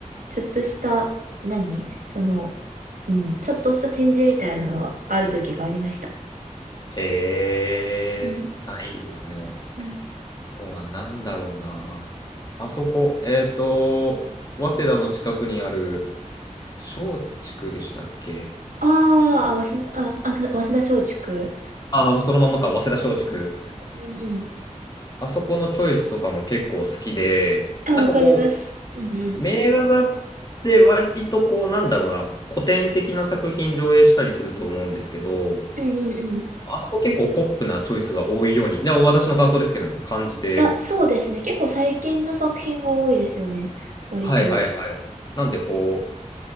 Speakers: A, on the right; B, on the left.
A: ちょっとした、何その、うん、ちょっとした展示みたいなのはある時がありました。
B: へえ、
A: うん。
B: あ、いいですね。
A: うん。
B: あとは何だろうな。あそこ、えっと、早稲田の近くにある松竹でしたっけ
A: あーあ、早稲田、あ、あ早稲田松竹。
B: ああ、もうそのままか、早稲田松竹。
A: うん
B: あそこのチョイスとかも結構好きで、
A: うん。
B: なんかこ
A: あ、わかります。うんうん。
B: う、名画座って割とこう、なんだろうな、古典的な作品上映したりすると思うんですけど、
A: うんうんうん。
B: あそこ結構ポップなチョイスが多いように、でも私の感想ですけどね、感じて、
A: いや、そうですね。結構最近の作品が多いですよね。割と。
B: はいはいはい。なんでこう、